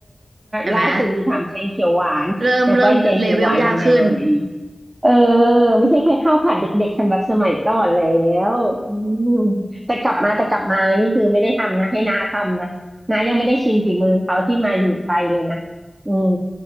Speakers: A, on the right (about 75°); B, on the right (about 25°).
A: <laughs> เห็นไหม
B: ล่าสุดมีถามแกงเขียวหวาน
A: เริ่มเริ่มเลเวลยากขึ้น
B: แล้วก็ไอ้แกงเขียวหวานทำยังไง เออไม่ใช่แค่ข้าวผัดเด็กๆสำหรับสมัยก่อนแล้วอืมแต่กลับมาแต่กลับมานี่คือไม่ได้ทำนะให้น้าทำนะน้ายังไม่ได้ชิมฝีมือเขาที่มาอยู่ไทยเลยนะอืม